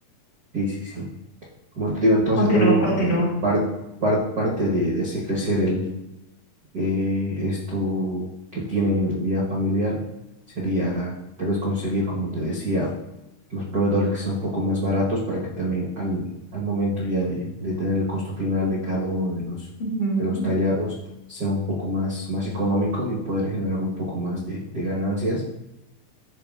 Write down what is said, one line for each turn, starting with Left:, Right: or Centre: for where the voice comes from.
Right: Sí, sí, sí. Como te digo, entonces
Left: Continúa,
Right: también
Left: continúa.
Right: eh, par- par- parte de, de ese crecer el, eh, esto que tienen en vida familiar sería tal vez conseguir, como te decía, los proveedores que sean un poco más baratos para que también al, al momento ya de, de tener el costo final de cada uno de los,
Left: Ujú.
Right: de los tallados sea un poco más, más económico y poder generar un poco más de, de ganancias